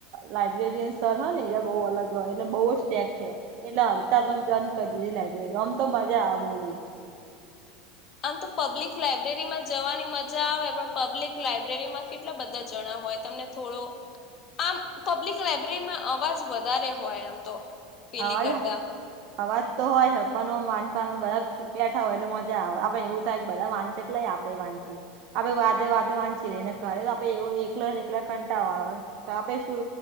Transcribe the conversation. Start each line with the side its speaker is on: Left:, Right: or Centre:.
Right: લાઇબ્રેરિયન સર હ ને, એ બહુ અલગ હ એટલે બહુ જ સ્ટેક થયા. એટલે અવતા બંધ કરી દીધી લાઈબ્રેરી. અમ તો મજા આવશે.
Left: આમ તો પબ્લિક લાયબ્રેરીમાં જવાની મજા આવે, પણ પબ્લિક લાયબ્રેરીમાં કેટલા બધા જણા હોય. તમને થોડો આમ પબ્લિક લાયબ્રેરીમાં અવાજ વધારે હોય આમ તો. પેલી
Right: અવાજ,
Left: કરતા
Right: અવાજ તો હોય હ, પણ હ વાંચવા નું બરા બેઠા હોય એટલે મજા આવે. આપડે એવું થાય કે બધા વાંચે એટલે આપડે વાંચીએ. આપે વાચે વાચે વાંચીએ લે ને ઘરે આપેડે એવો એકલ ને એકલા કંટાળો આવે. આપે શું